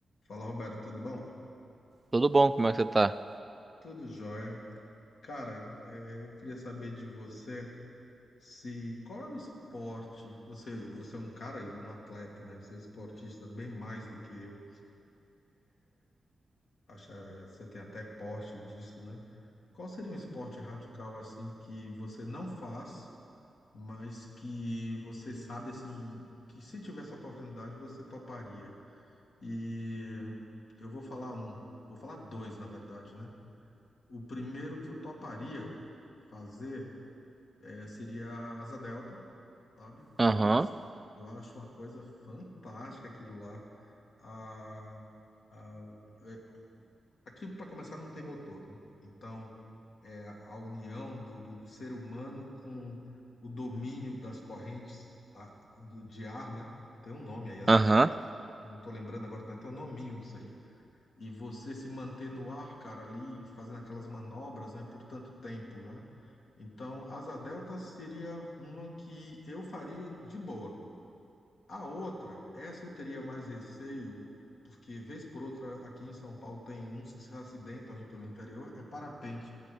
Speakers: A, on the left; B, on the right.
A: Fala, Roberto, tudo bom?
B: Tudo bom? Como é que você tá?
A: Tudo jóia. Cara, é, eu queria saber de você se qual é o esporte? Você, você é um cara, e um atleta, né? Você é esportista bem mais do que eu. Acha, você tem até porte disso, né? Qual seria um esporte radical assim que você não faz, mas que você sabe assim que se tivesse a oportunidade você toparia? E eu vou falar um, vou falar dois, na verdade, né? O primeiro que eu toparia fazer eh, seria a Asa Delta, sabe?
B: Aham,
A: Que, assim, eu acho uma coisa fantástica aquilo lá. A, a, é, aquilo, para começar, não tem motor, né? Então, é a união do, do, do ser humano com o domínio das correntes a- do- de ar, né? Tem um nome aí até
B: aham,
A: que eu não tô lembrando agora, tem até um nominho disso aí. E você se manter no ar, cara, ali fazendo aquelas manobras, né, por tanto tempo, né? Então, asa delta seria uma que eu faria de boa. A outra, essa eu teria mais receio, porque vez por outra aqui em São Paulo tem uns que se acidentam aí pelo interior, é parapente.